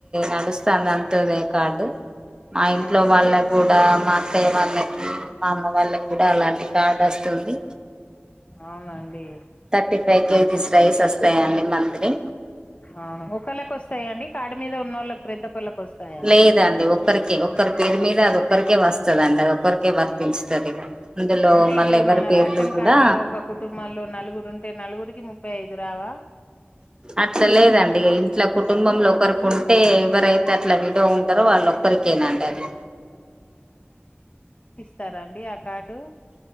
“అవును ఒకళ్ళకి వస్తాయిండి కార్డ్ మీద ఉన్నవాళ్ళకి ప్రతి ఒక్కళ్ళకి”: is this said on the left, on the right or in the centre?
Left